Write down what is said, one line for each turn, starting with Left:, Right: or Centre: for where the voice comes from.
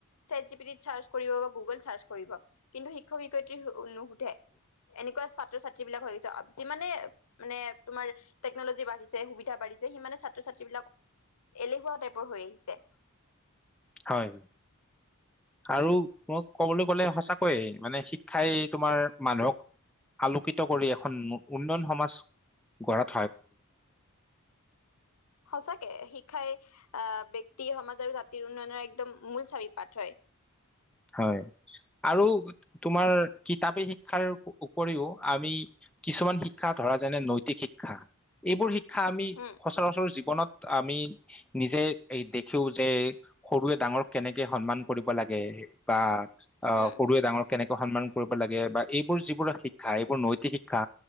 Left: চছেট জি পি িত চাৰ্চ কৰিব বা গুগল চাৰ্চ কৰিব কিন্তু শিক্ষক শিক্ষয়িত্ৰী নুশুধে এনেকুৱা ছাত্ৰ ছাত্ৰী বিলাক হৈ গছে যিমানে মানে তোমাৰ টেকনলজি বা সুবিধা বাঢ়িছে সিমানে ছাত্ৰ ছাত্ৰী বিলাক এলেহুৱা টাইপৰ হৈ আহিছে
Centre: হয় আৰু মই কবলৈ গলে সঁচাকৈয়ে মানে শিক্ষাই তোমাৰ মানুহক আলোকিত কৰি এখন উন্নয়ন সমাজ গ়
Left: সচাকে শিক শিক্ষাই আহ ব্যক্তি সমাজ আৰু জাতিৰ উন্নয়নৰ একদম মূল চাৰিপাত হয়
Centre: হয় আৰু তোমাৰ কিতাপেই শ শিক্ষ উপৰিও আমি কিছুমান শিক্ষা ধৰা যেনে নৈতিক শিক্ষা এইবোৰ শিক্ষা আমি
Left: উম
Centre: সচৰাচৰ জীৱনত আমি নিজে এই দেখও যে সৰুৱে ডাঙৰক কেনেকে সন্মান কৰিব লাগে বা অ
Left: উম
Centre: সৰুৱে ডাঙৰ কেনেকে সন্মান কৰিব লাগে বা এইবোৰ যিবোৰ শিক্ষাই নৈতিক শিক্ষা